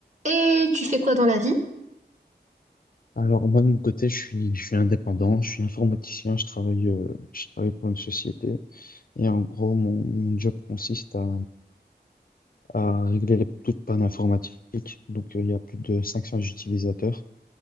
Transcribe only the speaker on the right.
Et tu fais quoi dans la vie?